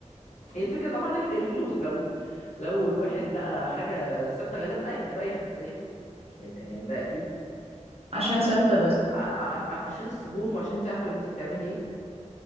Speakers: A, on the left (about 70°); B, on the right (about 55°).
A: هي الفكره طبعا الف- الفلوس لو لو الواحد لقى حاجه ثابته غالبا اي هتريح نفسيا يعني يعني ده اكيد
B: عشان ثابتة بس
A: وعشان الثبوت وعشان تعرف انت بتعملي ايه